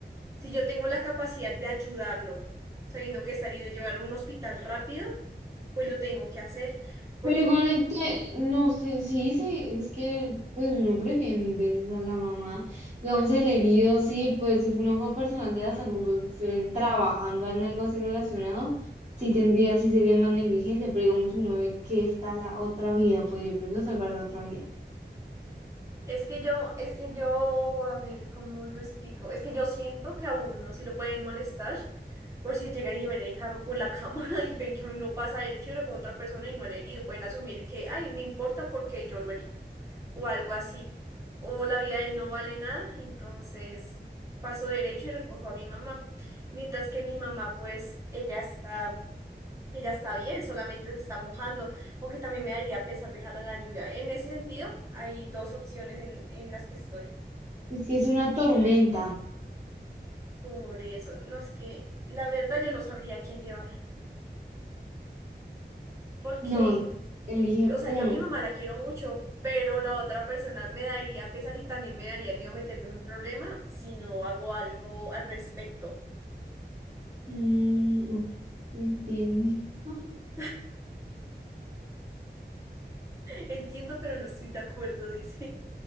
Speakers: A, on the right; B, on the right.
A: Si yo tengo la capacidad de ayudarlo, sabiendo que está herido y llevarlo a un hospital rápido, pues lo tengo que hacer, porque
B: Pero igualmente, no sé, sí, sí, es que pues uno prefiere mil veces a la mamá. Digamos,
A: pues,
B: el herido, sí, pues si uno fue personal de la salud o que estuvieran trabajando en algo así relacionado, sí tendría, sí sería más negligencia, pero digamos, si uno ve que está la otra vida, pues yo prefiero salvar la otra vida.
A: Es que yo, es que yo, a ver, ¿cómo lo explico? Es que yo siento que a uno si lo pueden molestar por si llegan y ven el carro por la <laughs> cámara y ven que uno pasa derecho y recoge a otra persona y no le ha herido. Pueden asumir que, ay, me importa porque yo lo herí o algo así. O la vida de él no vale nada, entonces paso derecho y recojo a mi mamá. Mientras que mi mamá, pues, ella está ella está bien, solamente se está mojando, aunque también me daría pesar dejarla en la lluvia. En ese sentido, hay dos opciones en, en las que estoy.
B: Es que es una tormenta.
A: Por eso, no es que la verdad yo no sabría a quién llevar. Porque,
B: No, elige
A: o sea,
B: uno.
A: yo a mi mamá la quiero mucho, pero la otra persona me daría pesar y también me daría miedo meterme en un problema si no hago algo al respecto.
B: Mm, no, no entiendo. Ah,
A: <laughs> Entiendo, pero no estoy de acuerdo, <laughs> dice.